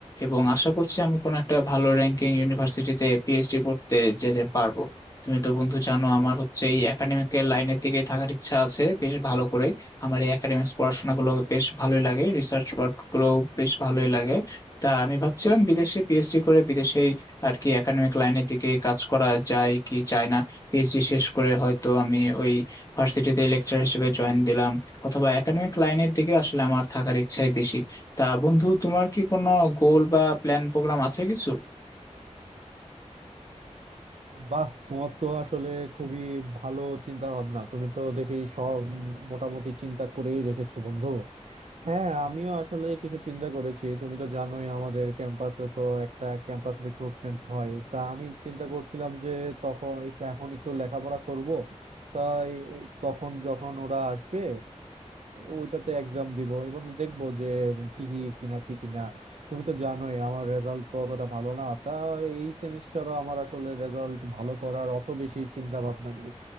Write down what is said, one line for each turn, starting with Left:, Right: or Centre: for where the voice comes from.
Left: এবং আশা করছি আমি কোনো একটা ভালো র্যাঙ্কিং ইউনিভার্সিটিতে পিএইচডি করতে যেতে পারবো তুমি তো বন্ধু জানো আমার হচ্ছে এই একাডেমিক লাইনের দিকে থাকার ইচ্ছা আছে বেশ ভালো করে আমার এই একাডেমিক্স পড়াশোনা গুলো বেশ ভালোই লাগে রিসার্চ ওয়ার্ক গুলো বেশ ভালোই লাগে তা আমি ভাবছিলাম বিদেশে পিএইচডি করে বিদেশে আর কি একাডেমিক লাইনের দিকে কাজ করা যায় কি যায় না পিএইচডি শেষ করে হয়তো আমি ওই ভার্সিটিতে লেকচার হিসেবে জয়েন দিলাম অথবা একাডেমিক লাইনের দিকে আসলে আমার থাকার ইচ্ছাই বেশি তা বন্ধু তোমার কি কোনো গোল বা প্ল্যান প্রোগ্রাম আছে কিছু
Right: বাহ তোমার তো আসলে খুবই ভালো চিন্তা ভাবনা তুমি তো দেখি সব মোটামুটি চিন্তা করেই রেখেছো বন্ধু হ্যাঁ আমিও আসলে কিছু চিন্তা করেছি তুমি তো জানোই আমাদের ক্যাম্পাসে তো একটা ক্যাম্পাস রিক্রুটমেন্ট হয় তা আমি চিন্তা করছিলাম যে তখন এক- এখন একটু লেখাপড়া করব তাই তখন যখন ওরা আসবে ওইটাতে এক্সাম দিব এবং দেখবো যে টিকি কিনা টিকি না তুমি তো জানোই আমার রেজাল্ট তো অতটা ভালো না তা এই সেমিস্টারও আমার আসলে রেজাল্ট ভালো করার অত বেশি চিন্তা ভাবনা নেই